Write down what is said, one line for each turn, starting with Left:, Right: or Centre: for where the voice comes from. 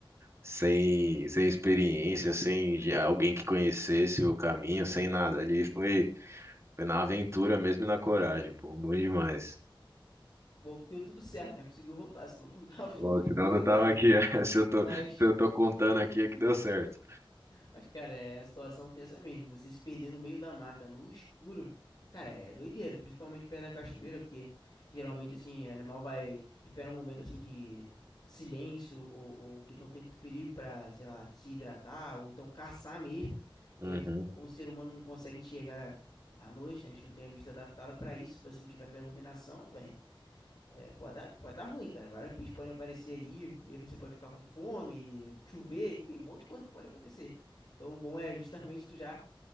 Right: sem, sem experiência, sem já alguém que conhecesse o caminho, sem nada. Ali foi, foi na aventura mesmo e na coragem, pô, bom demais.
Left: Bom, que deu tudo certo, né? Conseguiu voltar, senão tu não tava <laughs> falando
Right: Pô,
Left: comigo
Right: senão eu não
Left: agora.
Right: tava aqui. <laughs> Se eu tô,
Left: Mas.
Right: se eu tô contando aqui, é que deu certo.
Left: Mas, cara, é a situação tensa mesmo. Você se perder no meio da mata, no escuro, cara, é doideira. Principalmente perto da cachoeira, porque geralmente, assim, o animal vai. Espera um momento, assim, de silêncio ou, ou que não tem muito perigo pra, sei lá, se hidratar ou então caçar mesmo.
Right: Uhum.
Left: E aí, como o ser humano não consegue enxergar à noite, né, a gente não tem a vista adaptada pra isso. Se você não tiver aquela iluminação, velho. É, pode dar, pode dar ruim, cara. Vários bichos podem aparecer aí, e aí você pode ficar com fome, chover, enfim, um monte de coisa que pode acontecer. Então o bom é justamente tu já